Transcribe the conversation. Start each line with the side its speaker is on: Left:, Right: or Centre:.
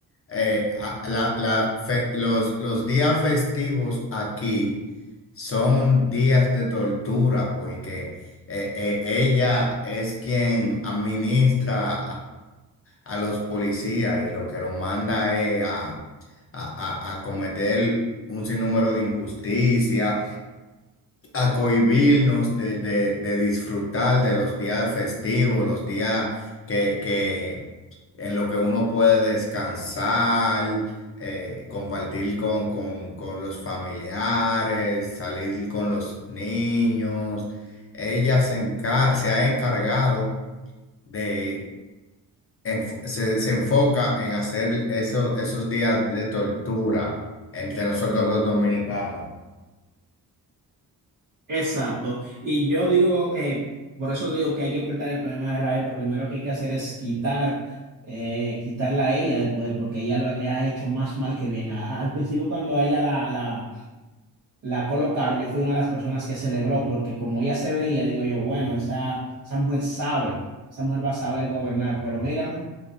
Left: eh, a- la- la fe- los, los días festivos aquí son días de tortura porque eh, eh, ella es quien administra a los policías y lo que los manda es a, a, a- a cometer un sinnúmero de injusticia, a cohibirnos de, de, de disfrutar de los días festivos, los días que, que en lo que uno puede descansar, eh, compartir con, con, con los familiares, salir con los niños. Ella se enca- se ha encargado de enfo- se, se enfoca en hacer eso, esos días de tortura entre nosotros los dominicanos.
Right: Exacto. Y yo digo, eh, por eso digo que hay que cortar el problema de raíz. Lo primero que hay que hacer es quitar, eh, quitarla a ella del poder, porque ella lo ha hecho más mal que bien. A- a- al principio, cuando a ella la, la, la colocaron, yo fui una de las personas que celebró, porque como ella se veía, digo yo, bueno, esa, esa mujer sabe, esa mujer va a saber gobernar, pero mira